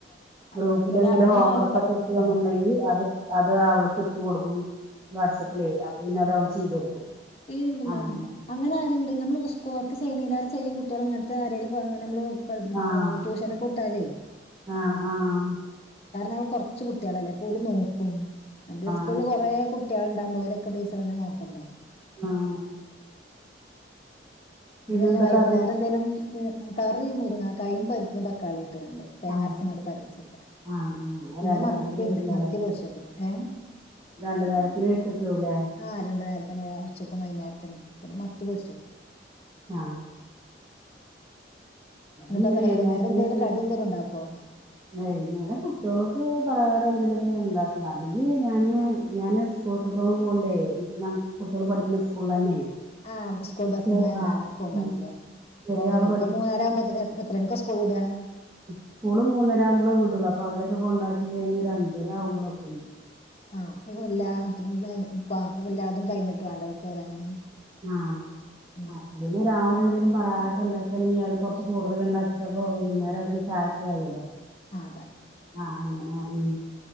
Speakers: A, on the left; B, on the right.
A: ആഹ്
B: ഗ്രൂപ്പില്
A: പിന്നെ
B: എന്തെലും
A: അവിടന്ന്
B: ഹോംവർക്ക്ക്കെ
A: ഓല് പ
B: ഉണ്ട്ണുണ്ടെങ്കിൽ
A: ആഹ്
B: അത് അത് അവൾക്ക് ഇട്ട് കൊടുക്കും. വാട്സാപ്പില് പിന്നെ അത്
A: ആഹ്
B: അവൾ ചെയ്ത് കൊടുക്കും
A: ഈ
B: അങ്ങനെ
A: അങ്ങനെ ആരുണ്ട് നമ്മള് സ്ക്കൂള് വർക്ക് ചെയ്യണില്ല എല്ലാരും ചെയ്യും കുട്ടികൾ അങ്ങനത്തെ ആരേലും നമ്മള് ഇപ്പം
B: ആഹ്
A: ട്യൂഷനൊക്കെ ഇട്ടാലേ
B: ആഹ് ആഹ്
A: കാരണം അവൾ കുറച്ച കുട്ടികളല്ലേ പോലും നോക്കും അന്റെ
B: ആഹ്
A: സ്കൂള കുറെ കുട്ടികള് ഉണ്ടാകുമ്പം ഓ്ലൊക്കെ ടീച്ചറന്നെ നോക്കണ്ടേ
B: ആഹ് പിന്നെ
A: ഇ ഞ്ഞ് ഇന്ന്
B: എന്താ
A: വൈകുന്നേരം
B: കറി
A: എന്തേലും കറി മുരുങ്ങകായും പരിപ്പും തക്കാളി ഇട്ട് കാണ്ട് തേങ്ങരച്ചിങ്ങാണ്ട്
B: ആ
A: കറി വെച്ചേക്ക
B: ആ ആ
A: പിന്നെ
B: രണ്ടു
A: മത്തിണ്ട്
B: നേരത്തിന് വെച്ചിണ്ടാവുല്ലേ
A: മത്തി പൊരിച്ചോക്കാണ് ഏഹ്
B: രണ്ടു നേരത്തിന് വെച്ചേക്കാവൂലേ
A: ആഹ് രണ്ട് നേരത്തിന് ഉച്ചയ്ക്കും വൈകുന്നേരത്തിനും പിന്നെ മത്തി പൊരിച്ചും
B: ആഹ്
A: എന്നിട്ട്
B: ഇനി വൈകുന്നേരത്തിനൊക്കെ
A: വൈകുന്നേരം എന്തേലും കടി എന്തേലും ഉണ്ടാക്കോ
B: വൈകുന്നേരം കുട്ടികൾക്ക് പലഹാരം എന്തേലുമൊക്കെ ഉണ്ടാക്കും അല്ലെങ്കില് ഞാന് ഞാന് സ്കൂൾ ട്രിപ്പ് ഒങ്ങ് പോകണ്ടേ ഞ കുട്ടികൾ പഠിക്കണ സ്കൂളിൽ തന്നെ
A: ആഹ് സ്കൂൾ ബസ്സമ്മേ
B: ചെ-
A: എന്താണ്
B: ആ
A: ഇണ്ടാവുംലേ
B: ഉം
A: അപ്പൊ
B: ചെറിയ
A: നിങ്ങൾക്ക്
B: ആള് പഠിക്കും
A: മൂന്നര ആവുമ്പോത്തിന് എത്ര മണിക്ക സ്‌കൂസ് വിടാ
B: സ്കൂള് മൂന്നര ആകുമ്പോളേ വിടുള്ളൂ അപ്പം അവരൊക്കെ കൊണ്ടാക്കി കഴിഞ്ഞ് ഒരു അഞ്ചര ആകുമ്പോളൊക്കെ എത്തുള്ളൂ
A: ആഹ് എല്ലാതും എല്ലാരതും കഴിഞ്ഞിട്ട് വേണ്ടേ അവർക്ക് വരാന്
B: ആഹ്
A: ഉം
B: ആഹ് പിന്നെ രാവിലെ എന്തേലും പലഹാരൊക്കെ ഉണ്ടാക്കാണെങ്കിൽ അത് കുറച്ച് കൂടുതൽ ഉണ്ടാക്കിട്ടപ്പോ വൈകുന്നേരം അവര്ക്ക് ചായക്കായല്ലോ
A: ആ അതായി
B: ആഹ് അങ്ങനെ. ഉം